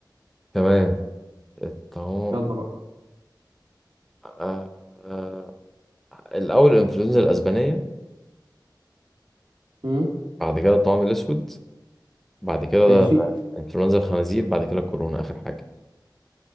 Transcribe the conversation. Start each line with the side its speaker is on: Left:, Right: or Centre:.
Centre: تمام الطاعون
Right: يلا بقى
Centre: آه... آه، الأول الإنفلونزا الأسبانية
Right: مم.
Centre: بعد كده الطاعون الأسود بعد كده
Right: ماشي
Centre: إنفلونزا الخنازير بعد كده الكورونا آخر حاجة